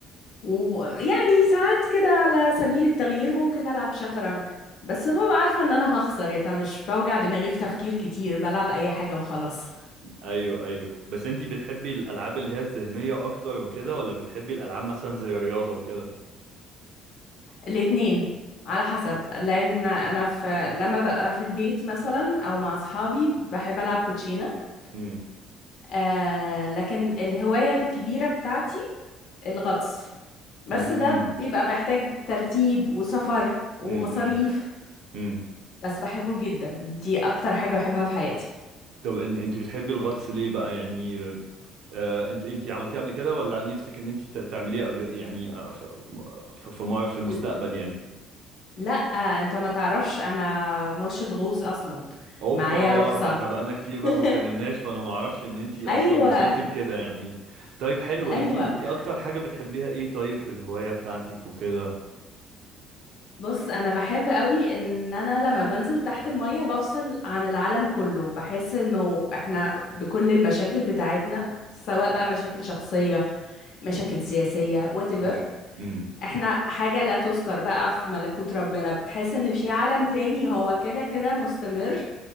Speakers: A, on the left; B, on the right.
A: ويعني ساعات كده على سبيل التغيير ممكن العب شطرنج بس ببقى عارفة ان انا هخسر يا فمش بوجع دماغي في تفكير كتير بلعب اي حاجة وخلاص
B: ايوه ايوه بس انتي بتحبي الالعاب اللي هي الذهنية اكتر وكده ولا بتحبي الالعاب مثلا زي الرياضة وكده
A: الاتنين على حسب لان انا في لما ببقى في البيت مثلا او مع اصحابي بحب العب كوتشينة
B: امم
A: آه لكن الهواية الكبيرة بتاعتي الغطس بس
B: امم
A: ده بيبقى محتاج ترتيب وسفر ومصاريف
B: امم امم
A: بس بحبه جدا دي اكتر حاجة بحبها في حياتي
B: طب ان انتي بتحبي الغطس ليه بقى يعني آه انتي انتي عملتيه قبل كده ولا نفسك ان انتي ت- تعمليه قبل يعني آه، ف- ف- في مر- في المستقبل
A: ل-
B: يعني
A: لا انت ما تعرفش انا مرشد غوص اصلا
B: اوبا
A: معايا رخصة
B: ده احنا بقالنا كتير بقى
A: <laughs>
B: ما اتكلمناش فانا ما اعرفش ان انتي اصلا
A: ايوه
B: وصلتي لكده يعني طيب حلو
A: ايوه
B: انتي انتي اكتر حاجة بتحبيها ايه طيب في الهواية بتاعتك وكده
A: بص انا بحب قوي ان انا لما بنزل تحت المية بفصل عن العالم كله بحس انه احنا بكل المشاكل بتاعتنا سواء بقى مشاكل شخصية مشاكل سياسية whatever
B: مم. امم
A: احنا حاجة لا تذكر بقى في ملكوت ربنا بتحس ان في عالم تاني هو كده كده مستمر